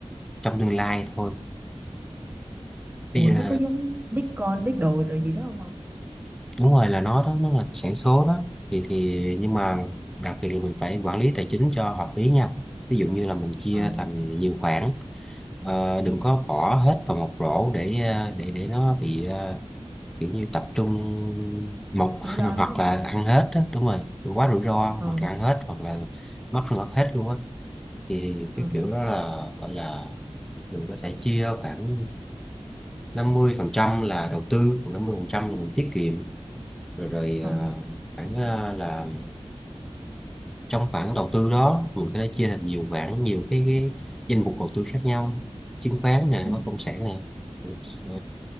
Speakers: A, in the centre; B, on the right (about 15°).
A: trong tương lai thôi bây
B: ủa
A: giờ
B: nó có giống Bitcoin, biết đồ rồi gì đó không ông?
A: đúng rồi là nó đó nó là tài sản số đó thì thì nhưng mà đặc biệt là mình phải quản lý tài chính cho hợp lý nha ví dụ như là mình chia
B: Ờ,
A: thành nhiều khoản Ờ, đừng
B: ừ,
A: có bỏ hết vào một rổ để ờ, để để nó bị ờ, kiểu như tập trung một <laughs>
B: rủi ro
A: hoặc
B: đúng không?
A: là ăn hết á đúng rồi quá rủi ro
B: Ờ.
A: hoặc là ăn hết hoặc là mất mất hết luôn á thì, thì
B: ờ
A: cái kiểu đó là gọi là mình có thể chia khoảng 50 phần trăm là đầu tư còn 50 phần trăm là mình tiết kiệm rồi rồi
B: ờ
A: ờ, khoảng ờ, là trong khoản đầu tư đó mình có thể chia thành nhiều khoản nhiều cái, cái danh mục đầu tư khác nhau chứng khoán nè
B: ừ
A: bất động sản nè Ờ,